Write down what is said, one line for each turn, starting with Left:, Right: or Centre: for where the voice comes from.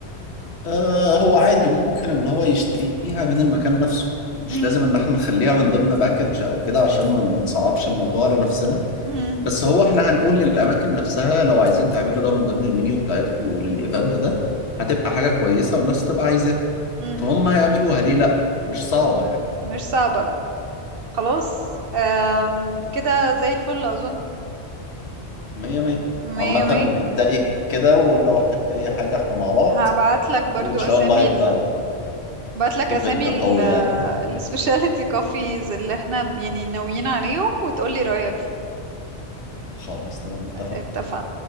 Left: آه هو عادي ممكن ان هو يشتريها من المكان نفسه مش
Right: مم،
Left: لازم ان احنا نخليها من ضمن باكج او كده عشان ما نصعبش الموضوع على نفسنا
Right: مم،
Left: بس هو احنا هنقول للاماكن نفسها لو عايزين تعملوا ده من ضمن المنيو بتاعتكم للايفنت ده هتبقى حاجة كويسة والناس تبقى عايزاها
Right: مم،
Left: فهم
Right: مم.
Left: هيعملوها ليه لا مش صعبة يعني
Right: مش صعبة لا خلاص آم، كده زي الفل اظن
Left: مية
Right: مم،
Left: مية
Right: مية
Left: عامة
Right: مية
Left: ابدأي كده ولو احتجتي اي حاجة احنا مع بعض
Right: هبعت لك برضو
Left: وان شاء
Right: اسامي
Left: الله هيبقى
Right: ال... بعت لك
Left: ايفنت
Right: اسامي ال
Left: قوي يعني
Right: السبيشاليتي كوفيز اللي احنا يعني ناويين عليهم وتقولي رأيك فيه
Left: خلاص تمام اتفقنا
Right: اتفقنا